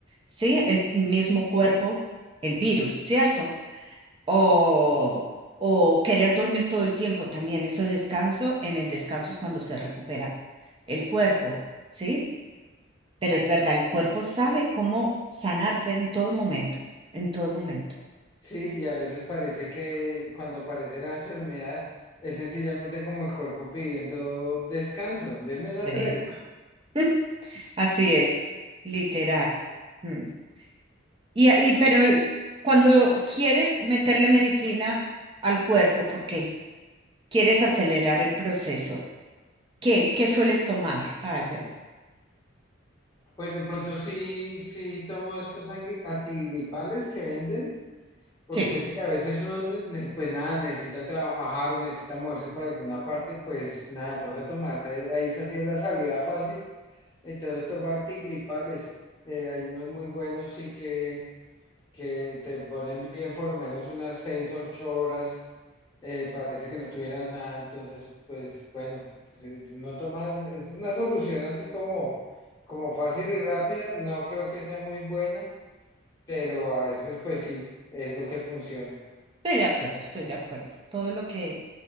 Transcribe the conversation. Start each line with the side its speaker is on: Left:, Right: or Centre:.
Right: ¿sí? El mismo cuerpo, el virus, ¿cierto? O, o querer dormir todo el tiempo, también eso descanso, en el descanso es cuando se recupera el cuerpo, ¿sí? Pero es verdad, el cuerpo sabe cómo sanarse en todo momento, en todo momento.
Left: sí, y a veces parece que cuando aparece la enfermedad es sencillamente como el cuerpo pidiendo descanso, deme una
Right: Sí.
Left: tregua.
Right: <laughs> Así es, literal. Mm. Y, y
Left: Y,
Right: pero cuando quieres meterle medicina al cuerpo, porque quieres acelerar el proceso, ¿qué, qué sueles tomar, Albert?
Left: Pues de pronto sí, sí tomo estos angri- antigripales que venden, porque
Right: Sí,
Left: sí, a veces uno, ne- ne- pues nada, necesita trabajar o necesita moverse para alguna parte, pues nada, toca tomar, eh, ahí esa sí es la salida fácil, entonces tomo antigripales, eh, hay unos muy buenos sí que que te ponen bien por lo menos unas seis, ocho horas, eh, parece que no tuvieras nada, entonces, pues bueno, si no tomas, es una solución así como, como fácil y rápida, no creo que sea muy buena, pero a veces pues sí, es lo que funciona.
Right: estoy de acuerdo, estoy de acuerdo. Todo lo que